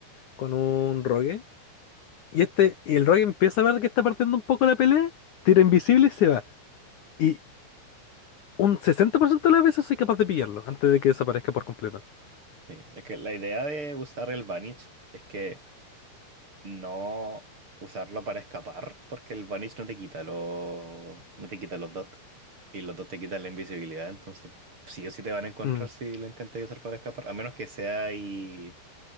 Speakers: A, on the left (about 60°); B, on the right (about 25°).
A: con un rogue. Y este, y el rogue empieza a ver que está partiendo un poco la pelea, tira invisible y se va. Y un 60% de las veces soy capaz de pillarlo antes de que desaparezca por completo.
B: Sí, es que la idea de usar el Vanish es que no usarlo para escapar, porque el Vanish no te quita los, no te quita los dots y los dots te quitan la invisibilidad, entonces sí o sí te van a encontrar
A: Mm,
B: si lo intentas usar para escapar, a menos que sea ahí